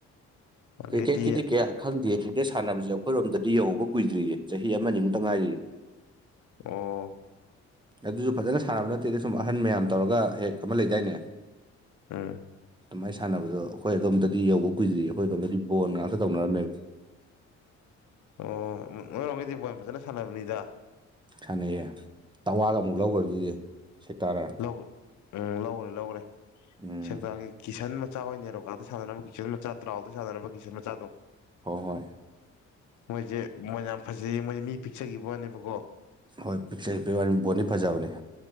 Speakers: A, on the left (about 70°); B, on the right (about 15°).
A: ꯑꯗꯒꯤꯗꯤ
B: ꯀ꯭ꯔꯤꯀꯦꯠꯀꯤꯗꯤ ꯀꯌꯥ ꯈꯪꯗꯦ ꯀ꯭ꯔꯤꯛꯀꯦꯠ ꯁꯥꯟꯅꯕꯁꯦ ꯑꯩꯈꯣꯏꯔꯣꯝꯗꯗꯤ ꯌꯍꯧꯕ ꯀꯨꯏꯗ꯭ꯔꯤꯌꯦꯦ ꯆꯍꯤ ꯑꯃꯅꯤꯅꯤꯃꯨꯛꯇ ꯉꯥꯏꯔꯤꯌꯦꯦ
A: ꯑ
B: ꯑꯗꯨꯁꯨ ꯐꯖꯅ ꯁꯥꯟꯅꯕ ꯅꯠꯇꯦꯗ ꯁꯨꯝ ꯑꯍꯟ ꯃꯌꯥꯝ ꯇꯧꯔꯒ ꯍꯦꯛ ꯑꯃ ꯂꯩꯗꯥꯏꯅꯦ
A: ꯎꯝ
B: ꯑꯗꯨꯃꯥꯏꯅ ꯁꯥꯟꯅꯕꯗꯣ ꯑꯩꯈꯣꯏ ꯑꯗꯣꯝꯗꯗꯤ ꯌꯧꯕ ꯀꯨꯏꯗ꯭ꯔꯤ ꯑꯩꯈꯣꯏ ꯑꯗꯣꯝꯗꯗꯤ ꯕꯣꯟ ꯉꯥꯛꯇ ꯇꯧꯅꯔꯝꯃꯦꯕ
A: ꯑꯣ ꯅꯣꯏꯔꯣꯝꯒꯩꯗꯤ ꯕꯣꯟ ꯐꯖꯅ ꯁꯥꯟꯅꯕꯅꯤꯗ
B: ꯁꯥꯟꯅꯩꯌꯦ ꯇꯋꯥꯒ ꯑꯃꯨꯛ ꯂꯧꯒꯔ꯭ꯗꯨꯗꯤ ꯁꯤꯇꯥꯥꯔꯦ
A: ꯂꯧ ꯎꯝ ꯂꯧꯔꯦ ꯂꯧꯔꯦ
B: ꯎꯝ
A: ꯁꯦꯛꯇ꯭ꯔꯒꯤ ꯀꯤꯁꯟ ꯃꯆꯥ ꯑꯣꯏꯅ ꯅꯦꯔꯣꯀꯗ ꯁꯥꯟꯅꯅꯕ ꯀꯤꯁꯟ ꯃꯆꯥ ꯇ꯭ꯔꯥꯎꯗ ꯁꯥꯟꯅꯅꯕ ꯀꯤꯁꯟ ꯃꯆꯥꯗꯣ
B: ꯍꯣꯏ ꯍꯣꯏ
A: ꯃꯣꯏꯁꯦ ꯃꯣꯏ ꯌꯥꯝ ꯐꯖꯩꯌꯦ ꯃꯣꯏꯁꯦ ꯃꯤ ꯄꯤꯛꯆꯈꯤꯕꯅꯦꯕꯀꯣ
B: ꯍꯣꯏ ꯄꯤꯛꯆ ꯄꯤꯛ ꯕꯣꯠꯗꯤ ꯐꯖꯕꯅꯤ